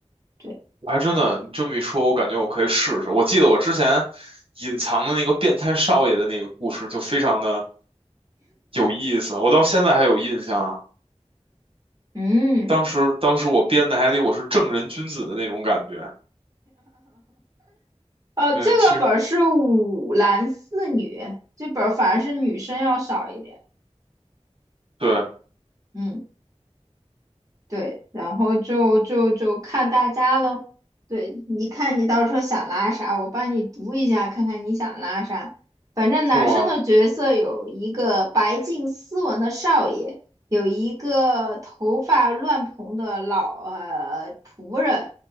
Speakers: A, on the right (about 30°); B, on the right (about 50°).
A: 对，
B: 我还真的，你这么一说，我感觉我可以试试。我记得我之前隐藏的那个变态少爷的那个故事，就非常的有意思，我到现在还有印象啊
A: 嗯，
B: 当时，当时我编的还得我是正人君子的那种感觉。
A: 呃，
B: 对，
A: 这个本儿是五男四女，
B: 其实
A: 这本儿反而是女生要少一点。
B: 对，嗯
A: 嗯。对，然后就就就看大家喽。对，你看你到时候想拉啥，我帮你读一下，看看你想拉啥。反正男生的角色有一个白净斯文的少爷，
B: 是吗？
A: 有一个头发乱蓬的老呃仆人，